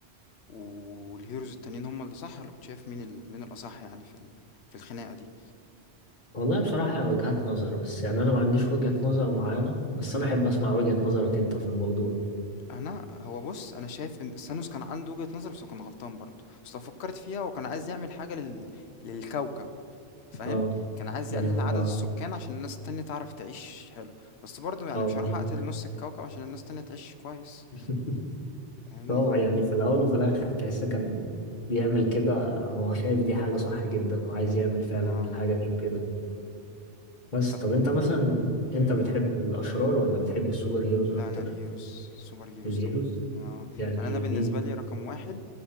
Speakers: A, on the left (about 70°); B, on the left (about 40°).
A: والهيروز التانيين هم اللي صح ولا كنت شايف مين ال... مين الاصح يعني في ال... في الخناقه دي
B: والله بصراحة هي وجهات نظر بس يعني انا ما عنديش وجهة نظر معينة بس انا احب اسمع وجهة نظرك انت في الموضوع
A: انا هو بص انا شايف ان سانوس كان عنده وجهه نظر بس هو كان غلطان برضه بس لو فكرت فيها هو كان عايز يعمل حاجه لل... للكوكب فاهم؟
B: اه
A: كان عايز
B: يعني
A: يقلل
B: هو
A: عدد السكان عشان الناس التانية تعرف تعيش حلو، بس برضه يعني
B: اه
A: مش
B: بالظبط
A: هاروح أقتل نُص الكوكب عشان الناس التانية تعيش كويس،
B: <laughs>
A: فاهمني؟
B: هو يعني في الأول وفي الآخر تحس كان بيعمل كده هو شايف دي حاجة صح جدا وعايز يعمل فعلا
A: آه،
B: الحاجة دي وكده بس
A: طب
B: طب أنت مثلا أنت
A: إمم،
B: بتحب الأشرار ولا بتحب السوبر هيروز
A: لأ
B: أكتر؟
A: أنا الheroes، super heroes
B: الهيروز
A: طبعًا، أنا
B: يعني
A: يعني أنا بالنسبة
B: مين؟
A: لي رقم 1